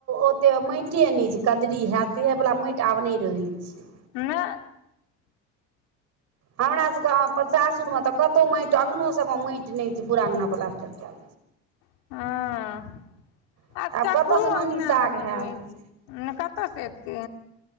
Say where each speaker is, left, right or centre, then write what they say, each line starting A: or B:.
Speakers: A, on the right; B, on the left.
A: ओते माटि नय छै कदरी हयत तेह वाला माटि आब नय रहैत छै
B: नअ
A: हमरा सबके सासुर मे तऽ कतहु माटि अंगनो सब मे माटि नै छै पूरा अंगना पलास्टर काएल
B: हँ
A: छै
B: आब केकरो
A: कतयसँ नोनी
B: अगना
A: साग
B: मे नै
A: हैत
B: रुहै छै कतऽ स एत